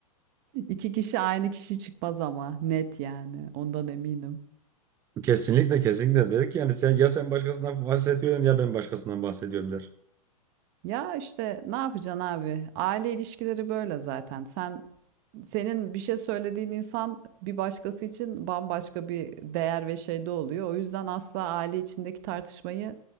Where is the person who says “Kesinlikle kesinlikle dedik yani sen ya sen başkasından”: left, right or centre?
Right